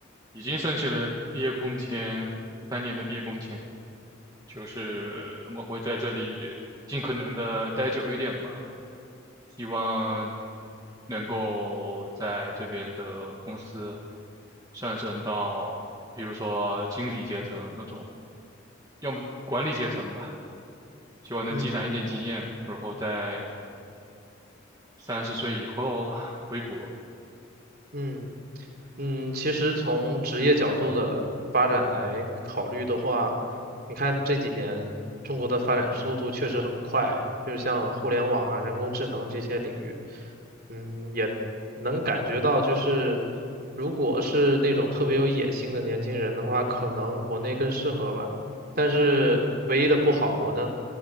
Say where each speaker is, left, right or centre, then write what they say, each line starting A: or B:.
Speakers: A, on the right; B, on the right.
A: 已经申请了毕业工签，三年的毕业工签，就是我会在这里尽可能的待久一点吧，希望能够在这边的公司上升到，比如说经理阶层那种，要么管理阶层吧。希望能积攒一点经验，
B: 嗯
A: 然后在三十岁以后回国。
B: 嗯。嗯，其实从职业角度的发展来考虑的话，你看这几年中国的发展速度确实很快，就是像互联网啊、人工智能这些领域，嗯，也能感觉到，就是如果是那种特别有野心的年轻人的话，可能国内更适合吧。但是唯一的不好，我能